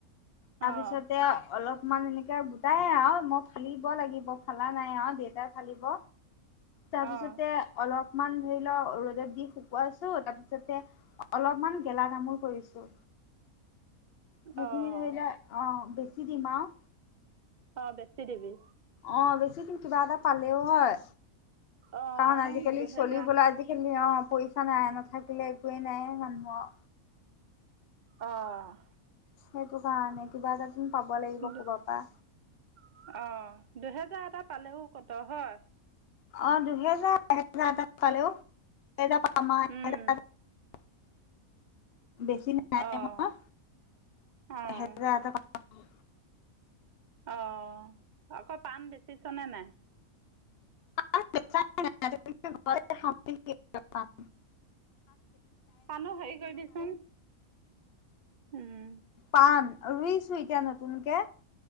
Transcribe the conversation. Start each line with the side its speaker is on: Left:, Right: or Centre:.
Left: তাৰ
Right: অ',
Left: পিছতে অলপ। মাননে এনেকে গোটাই আৰু মই ফালিব, লাগিব ফালা নাই আৰু দেউতাই ফালিব। তাৰ
Right: অ',
Left: পিছতে অলপ। অকমান ধৰি লও ৰ'দত দি শুকুৱাইছো, তাৰপিছতে অলপমান গেলা গামোল কৰিছো। সেইখিনি
Right: অ',
Left: ধৰিলে অ বেছি। কি দিম আৰু।
Right: অ বেছি দিবি।
Left: অ বেছি দিম কিবা এটা পালেও হয়।
Right: অ',
Left: কাৰণ আজি কালি
Right: দুহেজাৰ
Left: চলিবলে আজি কালি অ। <inaudible> পইচা নাই নাথাকিলে একোৱেই নাই সম্ভম।
Right: অঁ।
Left: সেইটো কাৰ নে কিবা এটা। তুমি পাব লাগিব
Right: নিদিওঁ
Left: ক'ৰবাৰ পৰা
Right: অ দুহেজাৰ। তাই পালেও কত হয়।
Left: অ দুহেজাৰ এহেজাৰ এটা পালেও। এহেজাৰ পাম আৰু
Right: উম,
Left: এহেজাৰ থাকিব। বেছি নাই
Right: অ',
Left: নহয়
Right: অ',
Left: এহেজাৰ এটা পাব। অঁ।
Right: অঁ আকৌ পাণ বেচিছনে নাই।
Left: অঁ বেছা নাই পাণ, বেছিবলৈ শক্তি নাই পাণ।
Right: পাণৰ হেৰি কৰিবিচোন। ওম।
Left: পাণ ৰুইছো এতিয়া নতুনকে।